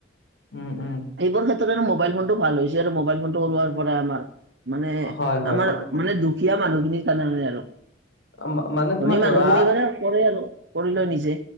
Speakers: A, on the left; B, on the right.
A: উম, উম।
B: এইবোৰ ক্ষেত্ৰত আৰু মোবাইল ফোনটো ভাল হৈছে আৰু মোবাইল ফোনটো ওলোৱাৰ পৰা আমাৰ মানে
A: হয়, হয়,
B: আমাৰ
A: মা-
B: মানে দুখীয়া মানুহখিনিৰ কাৰণে আৰু
A: মা- মানে তোমাৰ
B: ধনী
A: ধৰা
B: মানুহখিনিবাৰে কৰে আৰু কৰি লয় নিজে।